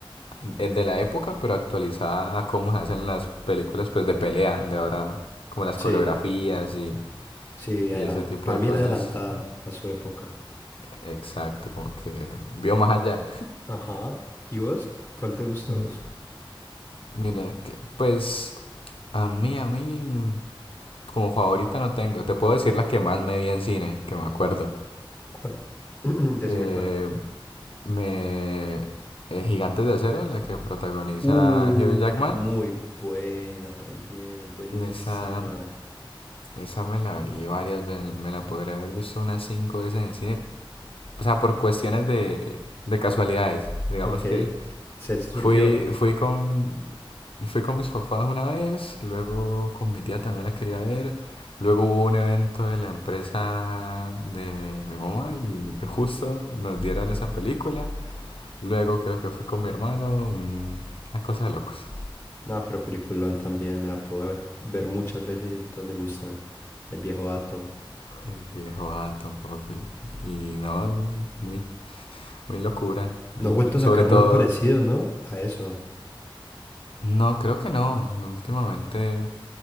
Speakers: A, on the left; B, on the left.
A: eh, es de la época, pero actualizada a cómo se hacen las películas pues de pelea, de ahora, como las
B: Sí,
A: coreografías y,
B: sí, adelan-
A: y ese tipo
B: para
A: de
B: mí
A: cosas.
B: era adelantada a su época.
A: Exacto, como que vio más allá.
B: Ajá. ¿Y vos? ¿Cuál te gusta a
A: Mm,
B: vos?
A: Mira, que, pues a mí, a mí, mm, como favorita no tengo. Te puedo decir la que más me vi en cine, que me acuerdo.
B: ¿Cuál? <clears throat> Decime
A: Eh,
B: cuál.
A: me... eh, Gigantes de Acero, la que protagoniza
B: Uf,
A: Hugh Jackman.
B: muy buena también, es buenísima.
A: Esa, Esa me la vi varias veces, me la podría haber visto unas cinco veces en cine. O sea, por cuestiones de, de casualidades. Digamos
B: Ok,
A: que
B: se surgió.
A: fui, fui con, fui con mis papás una vez, luego con mi tía también la quería ver. Luego hubo un evento de la empresa de mi mamá y de- justo nos dieron esa película. Luego creo que fui con mi hermano, un- una cosa de locos.
B: No, pero peliculón también, me la puedo ve- ver muchas veces y todas me gustan. El viejo Atom.
A: El viejo Atom, papi. Y no, muy, muy locura.
B: No
A: El-
B: ha vuelto
A: sobre
B: a sacar
A: todo
B: nada parecido, ¿no? A eso.
A: No, creo que no. Últimamente